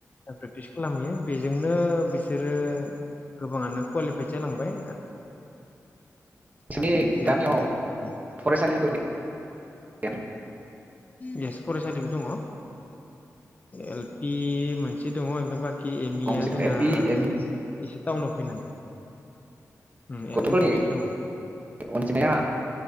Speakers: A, on the left (about 30°); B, on the right (about 30°).
A: प्रेक्टिस खालामहैयो बेजोंनो बिसोरो गोबाङानो कुवालिफाइद जालांबाय
B: जोंनि
A: आर्मि सि
B: गामियाव
A: आर पि
B: फरायसालिफोर गै-गैया
A: येस फरायसालिबो दङ आ एल पि मोनसे दङ ओमफ्राय बाखि कि एम
B: गंबेसे
A: इ आ जोंहा
B: दं एल पि एम इ
A: एसे टाउनाव फैनांगोन उम एल
B: गथ'फोरनि
A: पि गंसे दङ
B: अनजिमाया